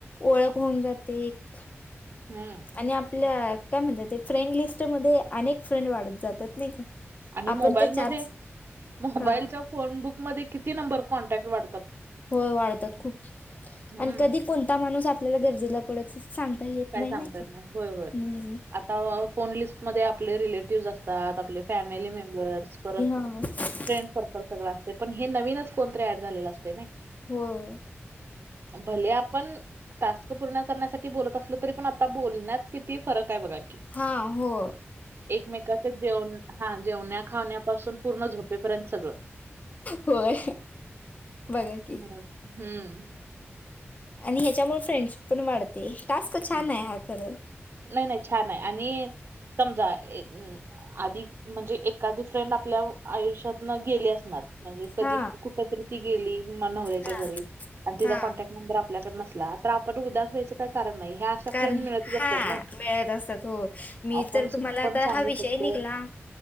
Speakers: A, on the left; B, on the right.
A: ओळख होऊन जाते एक.
B: हम्म.
A: आणि आपल्या काय म्हणतात ते फ्रेंडलिस्टमधे अनेक फ्रेंड वाढत जातात नाही का?
B: आणि
A: आपण
B: मोबाईलमध्ये
A: ते चार
B: मोबाईलच्या
A: हा
B: फोनबुकमध्ये किती नंबर कॉन्टॅक्ट वाढतात?
A: होय वाढतात खूप
B: हं.
A: आणि कधी कोणता माणूस आपल्याला गरजेला पडेल सांगता येत
B: काय
A: नाही
B: सांगता येत
A: का.
B: नाही होय होय.
A: हम्म
B: आता फोन लिस्टमध्ये आपले रिलेटिव्हस असतात आपले फॅमिली मेंबर्स परत
A: हं.
B: फ्रेंड सर्कल सगळं असतय पण हे नवीनच कोणतरी ऍड झालेलं असतय नई.
A: होय.
B: भले आपण टास्क पूर्ण करण्यासाठी बोलत असलो तरी पण आता बोलण्यात किती फरक हाय बघा की,
A: हा हो.
B: एकमेकाच जेवण हा जेवण्या खाण्यापासून पूर्ण झोपेपर्यंत सगळं.
A: होय बघा की.
B: हम्म. हम्म.
A: आणि ह्याच्यामुळे फ्रेंड्स पण वाढते टास्क छान
B: हम्म.
A: आहे हा खर.
B: नाही नाही छान आहे आणि समजा ए अं आधी म्हणजे एखादी फ्रेंड आपल्या आयुष्यातन गेली असणार म्हणजे कधी
A: हा
B: कुठ तरी ती गेली नवऱ्याच्या
A: हा
B: घरी आणि तिचा
A: हा.
B: कॉन्टॅक्ट नंबर आपल्याकडे नसला तर आपण उदास व्हायच काय कारण नाही ह्या अशा
A: कारण
B: फ्रेंड मिळतच असतात
A: हा
B: नाही
A: मिळत असतात हो मी
B: आपण
A: तर
B: सुख
A: तुम्हाला
B: पण
A: आता
B: सांगू
A: हा वि
B: शकतोय
A: षय निगला